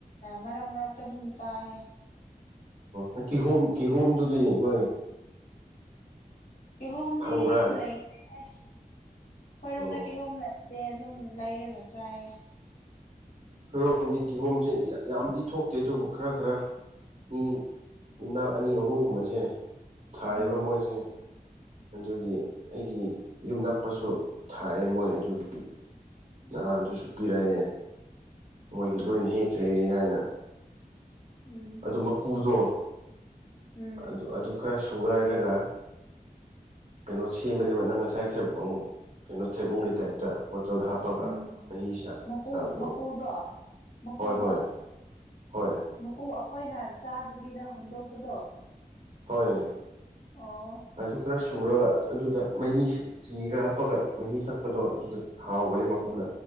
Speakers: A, on the left (about 55°); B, on the right (about 50°).
A: ꯃꯔꯛ ꯃꯔꯛꯇ ꯑꯗꯨꯝ ꯆꯥꯏꯌꯦ
B: ꯑꯣ ꯀꯤꯍꯣꯝ ꯀꯤꯍꯣꯝꯗꯨꯗꯤ ꯅꯣꯏ
A: ꯀꯤꯍꯣꯝꯗꯤ
B: ꯐꯪꯕ꯭ꯔꯥ
A: ꯂꯩꯇꯦ ꯑꯈꯣꯏꯔꯣꯝꯗ
B: ꯑꯣ
A: ꯀꯤꯍꯣꯝ ꯂꯩ ꯇꯦ ꯑꯗꯨꯝ ꯂꯩꯔꯒ ꯆꯥꯏꯌꯦ
B: ꯈꯔꯣꯝꯗꯤ ꯀꯤꯍꯣꯝꯁꯦ ꯌꯥꯝꯗꯤ ꯊꯣꯛꯇꯦ ꯑꯗꯨꯕꯨ ꯈꯔ ꯈꯔ ꯃꯤ ꯌꯨꯝꯅꯥꯛ ꯑꯅꯤ ꯑꯍꯨꯝꯒꯨꯝꯕꯁꯦ ꯊꯥꯏꯌꯦꯕ
A: ꯎꯝ
B: ꯃꯣꯏꯁꯦ ꯑꯗꯨꯒꯤ ꯑꯩꯒꯤ ꯌꯨꯝ ꯅꯛꯄꯁꯨ ꯊꯥꯏꯑꯦ ꯃꯣꯏ ꯑꯗꯨꯒꯤ
A: ꯎꯝ
B: ꯅꯍꯥꯟꯗꯨꯁꯨ ꯄꯤꯔꯛꯑꯦ ꯃꯣꯏꯒꯤ
A: ꯎꯝ
B: ꯂꯣꯏꯅ ꯍꯦꯛꯈ꯭ꯔꯦ ꯍꯥꯏꯅ
A: ꯎꯝ
B: ꯑꯗꯨ ꯃꯀꯨꯗꯣ
A: ꯎꯝ
B: ꯑꯗꯨ ꯑꯗꯨ ꯈꯔ ꯁꯨꯒꯥꯏꯔꯒ ꯀꯩꯅꯣ ꯁꯦꯝꯕꯅꯦꯕ ꯅꯪ ꯉꯁꯥꯏ ꯊꯩ ꯎꯝ ꯀꯩꯅꯣ ꯊꯩꯕ‌ꯣꯡꯒꯤ ꯇꯥꯏꯞꯇ ꯕꯣꯇꯜꯗ ꯍꯥꯞꯄꯒ
A: ꯎꯝ
B: ꯃꯍꯤ ꯁꯥ
A: ꯃꯀꯨ
B: ꯁꯥꯕꯗꯣ
A: ꯃꯀꯨꯗꯣ ꯃꯀꯨꯗꯣ
B: ꯍꯣꯏ ꯍꯣꯏ ꯍꯣꯏ
A: ꯃꯀꯨ ꯑꯩꯈꯣꯏꯅ ꯆꯥꯗꯕꯤꯗ ꯍꯨꯟꯗꯣꯛꯄꯗꯣ
B: ꯍꯣꯏ
A: ꯑꯣ
B: ꯑꯗꯨ ꯈꯔ ꯁꯨꯔꯒ ꯑꯗꯨꯗ ꯃꯍꯤ ꯁꯤ ꯆꯤꯅꯤꯒ ꯍꯥꯞꯄꯒ ꯃꯍꯤ ꯊꯛꯄꯗꯣ ꯑꯗꯨꯗ ꯍꯥꯎꯕꯅꯦ ꯃꯀꯨꯅ